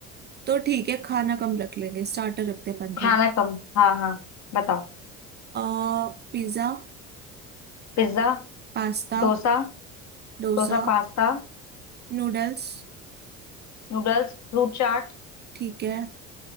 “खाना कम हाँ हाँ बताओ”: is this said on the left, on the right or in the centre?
Left